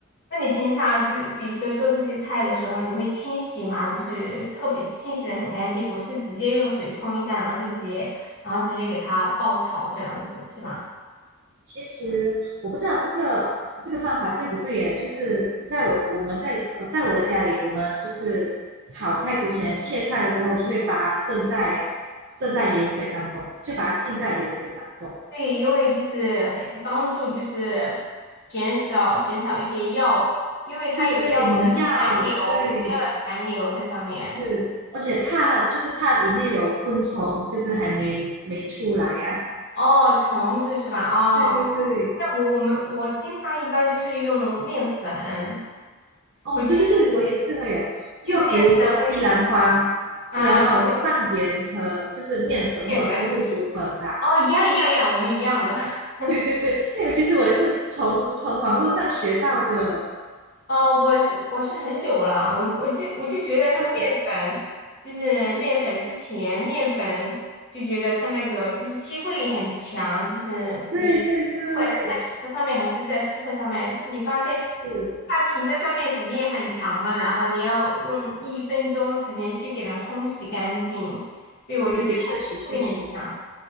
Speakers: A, on the left; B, on the right.
A: 那你平常就比如说做这些菜的时候，你会清洗吗？就是特别清洗的很干净，不是直接用水冲一下，然后就直接，然后直接给它爆炒这样子，是吗？
B: 其实我不知道这个这个方法对不对耶，就是在我我们在呃在我的家里，我们就是炒菜之前切菜了之后，我就会把它浸在浸在盐水当中，就把它浸在盐水当中。
A: 对，因为就是很帮助就是减少减少一些药，因为它有药物的残留，
B: 对对对，农药，对
A: 农药的残留在上面。
B: 是，而且怕就是怕里面有昆虫，就是还没没出来呀、
A: 哦，虫子是吧？哦，
B: 对对对，
A: 那我我们我经常一般就是用面粉，
B: 哦，
A: 我觉得
B: 对对对，我也是会有。就比如说西兰花，
A: 用面粉会。
B: 西兰花我会放盐和就是面粉或者是木薯粉吧。
A: 啊。面粉哦，一样一样一样，我们一样的。<laughs>
B: 对对对，那个其实我也是从从网络上学到的。
A: 哦，我是我是很久了，我我就我就觉得那个面粉，
B: 哦，你
A: 就是面粉之前面粉就觉得它那个就是吸附力很强，就是你不管是在皮肤上面还是在蔬菜上面，
B: 对对对，
A: 你发现
B: 是，
A: 它停在上面时间很长了，然后你要用一分钟时间去给它冲洗干净，所以我就觉得它吸附力很强。
B: 对对对，确实确实，